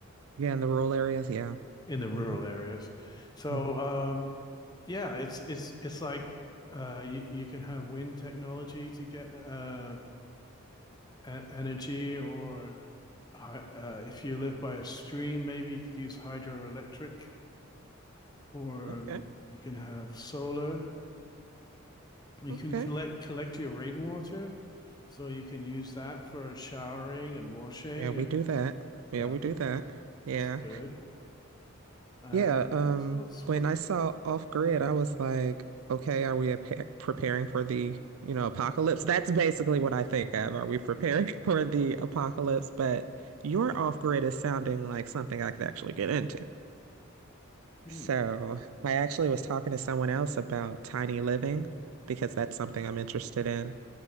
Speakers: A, on the right; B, on the left.
A: Yeah, in the rural areas, yeah.
B: in the rural
A: hmm
B: areas. So
A: hmm
B: um, yeah, it's it's it's like uh, you, you can have wind technology to get uh, a- energy, or uh, if you live by a stream, maybe you could use hydroelectric, or
A: Okay,
B: um, you can have solar you
A: okay.
B: can collect collect your rainwater, so you can use that for showering and washing.
A: Yeah, we
B: Uh,
A: do that.
B: Yeah,
A: Yeah, we do that. Yeah.
B: that's good. And
A: Yeah, um,
B: all sorts.
A: when I saw Off Grid, I was like, okay, are we ap preparing for the, you know, apocalypse? That's basically what I think of. Are we preparing <laughs> for the apocalypse? But your Off Grid is sounding like something I could actually get into.
B: Hmm,
A: So I actually was talking to someone else about tiny living because that's something I'm interested in.